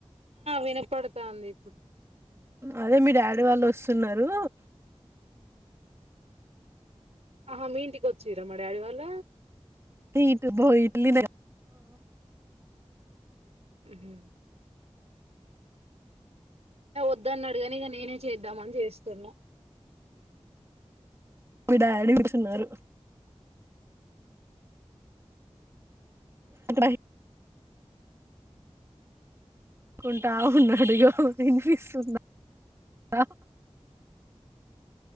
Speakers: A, on the right; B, on the right.
A: వినపడతు స్తాంది
B: అదే మీ డాడీ వాళ్ళు వసున్నారు
A: ఆహా మీ ఇంటికి వచ్చిరా మ డాడీ వాళ్ళ
B: ఈట్ పో ఇట్లీ నే
A: ఉహు వద్ద అన్నాడుగాని ఇక నేనే చేద్దామని చేస్తున్నా
B: మీ డాడీ కూచున్నారు అంటే బై కుంటా ఉన్నడి వినిపిస్తు దా